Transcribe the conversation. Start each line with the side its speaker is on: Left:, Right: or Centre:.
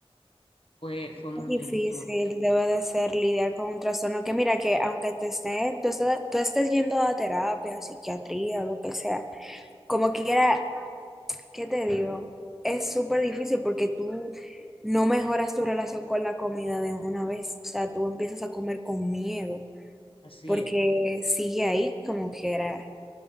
Left: Fue, fue muy,
Centre: Es difícil,
Left: como-
Centre: debe de ser lidiar con un trastorno que mira que aunque te esté, tú, estés- tú estés yendo a terapia, psiquiatría o lo que sea, como quiera, ¿qué te digo? Es súper difícil porque tú no mejoras tu relación con la comida de una vez, o sea, tú empiezas a comer con miedo
Left: así
Centre: porque
Left: es.
Centre: sigue ahí como quiera